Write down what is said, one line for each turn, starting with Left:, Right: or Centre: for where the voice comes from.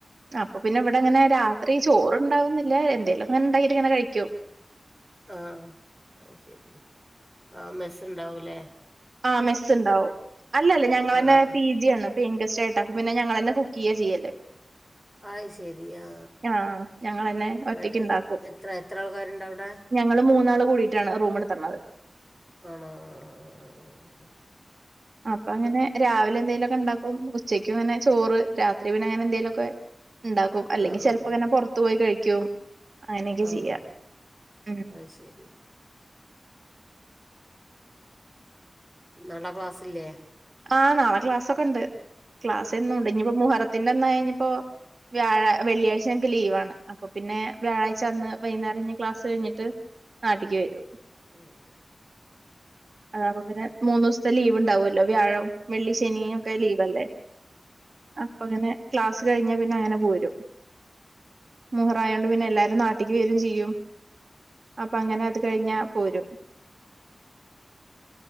Right: അപ്പൊ പിന്നെ ഇവിടെങ്ങനെ രാത്രി ചോറുണ്ടാവുന്നില്ല എന്തേലും ആഉണ്ടാക്കിട്ടങ്ങനെ കഴിക്കോ
Centre: ആഹ് അതു ശരി ആ മെസ്സുണ്ടാവൂല്ലേ
Right: ആ മെസ് ഉണ്ടാവും അല്ലല്ലഞങ്ങളെ ന്നെ
Centre: ആഹ് ആഹ്
Right: പി ജി ആണ് പിൻ ഗെസ്റ്റ് ആയി ടക്ക് പിന്നെ ഞങ്ങെളെ ന്നെ കുക്ക് ചെയ്യ ചെയ്യല്
Centre: അത് ശരി ആ
Right: ആ ഞങ്ങളെന്നെ ഒറ്റക്ക്
Centre: എ- എ-
Right: ഉണ്ടാക്കും
Centre: എത്ര എത്ര ആൾക്കാരുണ്ട് അവിടെ
Right: ഞങ്ങള് മൂന്നാളും കൂടിയിട്ടാണ് റൂമെട്തന്നത്
Centre: ആണോ ആ ആ അ അ ആ
Right: അപ്പൊങ്ങനെ രാവിലെ ന്തേലൊക്കെ ണ്ടാക്കും ഉച്ചക്ക് ങ്ങനെ ചോറ് രാത്രി പിന്നെ ങ്ങനെന്തേലൊക്കെ ഇണ്ടാക്കും അല്ലെങ്കി
Centre: ആ ആ
Right: ചിലപ്പോങ്ങനെ
Centre: ആ
Right: പൊർത്ത് പോയി കഴിക്കും അങ്ങനെക്കെ
Centre: ആ ആണോ
Right: ചെയ്യ ഉം
Centre: അത് ശരി നാളെ ക്ലാസിലേ
Right: ആ നാളെ ക്ലാസ്സൊക്കെണ്ട് ക്ലാസ് എന്നുണ്ട് ഞ്പ്പോ മുഹറത്തിന്റെന്നായി ഞ്ഞ ഇപ്പോ വ്യാഴാ വെള്ളിയാഴ്ച ങ്ങക്ക് ലീവാണ് അപ്പൊ പിന്നെ വ്യാഴാഴ്ചന്ന്‌ വൈന്നേരം ഞ ക്ലാസ്സ് കഴിഞ്ഞിട്ട് നാട്ടിക്ക് വരും
Centre: ഉം
Right: അതാവുമ്പ പിന്നെ മൂന്നോസത്തെ ലീവ് ണ്ടാവല്ലോ വ്യാഴം, വെള്ളി, ശനിയൊക്കെ ലീവലേ അപ്പങ്ങനെ ക്ലാസ് കഴിഞ്ഞാ പിന്നെ അങ്ങനെ പോരും മുഹറായൊണ്ട് പിന്നെ എല്ലാരും നാട്ടിക്ക് വരും ചെയ്യും അപ്പ അങ്ങനെ അത് കഴിഞ്ഞാ പോരും